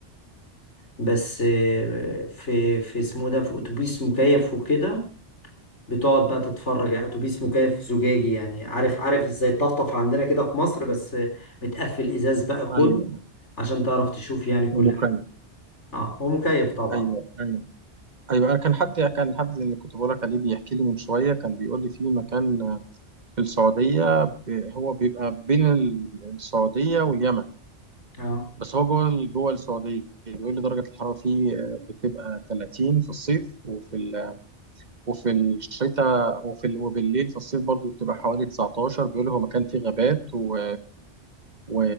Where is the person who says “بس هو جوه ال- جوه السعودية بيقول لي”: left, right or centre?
Right